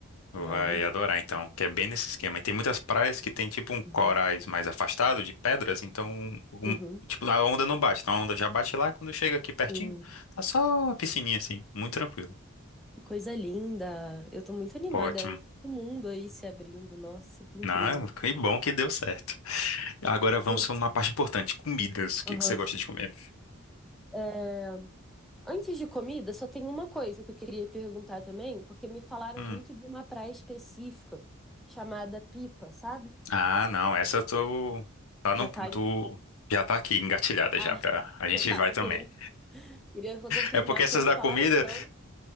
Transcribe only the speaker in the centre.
Ai, delícia.
Uhum.
Uhum.
Uhum.
Que coisa linda. Eu tô muito animada,
é um novo mundo aí se abrindo. Nossa, que incrível.
Eu...
Aham.
É, Antes de comida, só tem uma coisa que eu queria perguntar também, porque me falaram
muito de uma praia específica chamada Pipa, sabe?
Já
tá. em-
Ah,
não, tá,
só
queria, queria só confirmar,
porque
me
falaram
tanto.